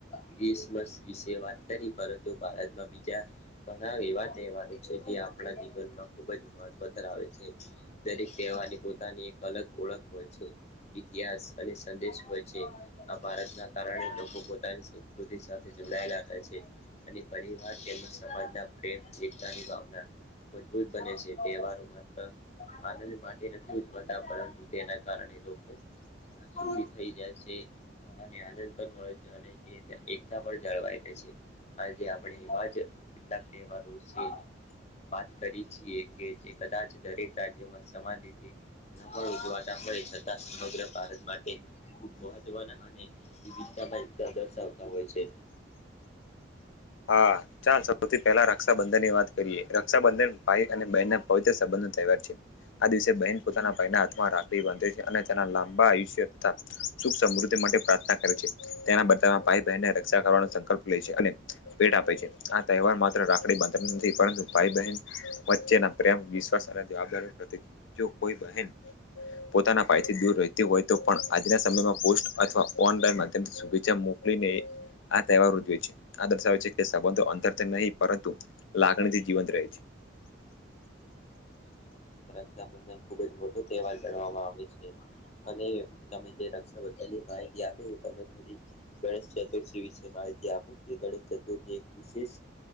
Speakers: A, on the left; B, on the left.
A: ક્રિસમસ વિશે વાત કરી પરંતુ ભારતમાં બીજા ઘણા એવા તહેવારો છે એ આપણા જીવનમાં ખુબ જ મહત્વ ધરાવે છે દરેક કહેવાની પોતાની એક અલગ ઓળખ હોય છે ઇતિહાસ અને સંદેશ હોય છે આ ભારતના કારણે લોકો પોતાની સંસ્કૃતિ સાથે જોડાયેલા રહે છે. અને પરિવાર તેમજ સમાજના પ્રેમ છે એકતાની ભાવના મજબૂત બને છે તહેવારો માત્ર આનંદ માટે નથી ઉજવાતા પરંતુ તેના કારણે લોકો ઘણાખ સૂખી <inaudible> થઇ જાય છે ઘળાને આનંદ પણ મળે છે અને તે એકતા પણ જળવાઈ દે છે. આજે આપણે એવા જ કેટલાક તહેવારો છે. <inaudible> વાત કરી છીએ કે જે કદાચ દરેક રાજ્યમાં સમાન રીતે ઉજવાતા હોય છતાં સમગ્ર ભારત માટે ખૂબ મહત્વના અને વિવિધતામાં એકતા દર્શાવતા હોય છે.
B: હા, ચાલ સૌથી તો પહેલા રક્ષાબંધનની વાત કરીએ. રક્ષાબંધન, ભાઈ અને બહેનનો પવિત્ર સંબંધનો તહેવાર છે. આ દિવસે બહેન પોતાના ભાઈના હાથમાં રાખડી બાંધે છે અને તેના લાંબા આયુષ્ય તા સુખ સમૃદ્ધિ માટે પ્રાર્થના કરે છે તેના બધ ભાઈ બહેનને રક્ષા કરવાનો સંકલ્પ લે છે અને પેટ આપે છે આ તહેવાર માત્ર રાખડી બાંધતા નથી પરંતુ ભાઈ બહેન વચ્ચેના પ્રેમ સારાદાર <inaudible> પ્ર જો કોઈ બહેન પોતાના ફાયથી દૂર રહેતી હોય તો પણ આજના સમયમાં પોસ્ટ અથવા ઓનલાઈન માધ્યમથી શુભચ્છા મોક ને આ તહેવાર ઉજવે છે. આ દર્શાવે છે કે સંબંધો અંતરથી નહીં પરંતુ લાગણીથી જીવંત રહે છે.
A: સંબંધ ખૂબ જ મોટો તહેવાર ગણવામાં આવે છે અને તમે જે રક્ષાબંધની ભાય આપે <inaudible> હું તમને થોડી ગણેશ ચતુર્થી વિશે માહિતી ત્યાપુ <inaudible> કે ગણેશ ચતુર્થી એક વિશેષ